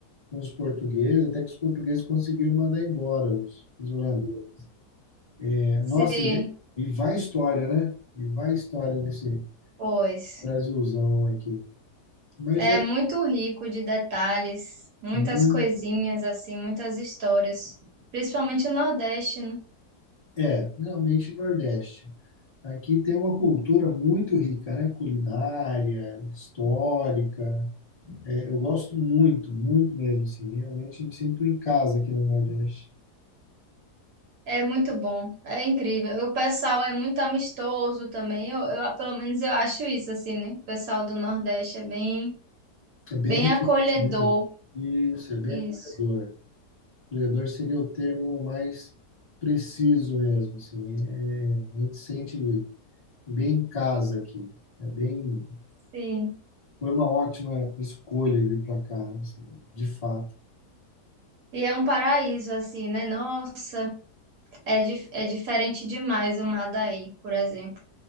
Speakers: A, on the left; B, on the right.
A: com os portugueses, até que os portugueses conseguiram mandar embora os, os holandeses. É, Nossa,
B: sim,
A: e, é, e vai história, né? E vai história nesse
B: pois.
A: Brasilzão aqui. Mas
B: É
A: é
B: muito rico de detalhes, muitas
A: muito,
B: coisinhas, assim, muitas histórias. Principalmente o Nordeste, né?
A: é, realmente Nordeste. Aqui tem uma cultura muito rica, né? Culinária, histórica. É, eu gosto muito, muito mesmo, assim. Realmente me sinto em casa aqui no Nordeste.
B: É muito bom, é incrível. O pessoal é muito amistoso também. Eu, eu, pelo menos eu acho isso, assim, né? O pessoal do Nordeste é bem,
A: É bem
B: bem
A: receptivo.
B: acolhedor.
A: Isso, é bem
B: Isso,
A: acolhedor. Acolhedor seria o termo mais preciso mesmo, assim. É, a gente sente bem em casa aqui. É bem,
B: sim.
A: foi uma ótima escolha vir para cá, assim, de fato.
B: E é um paraíso, assim, né? Nossa. É, dif- é diferente demais o Madaí, por exemplo.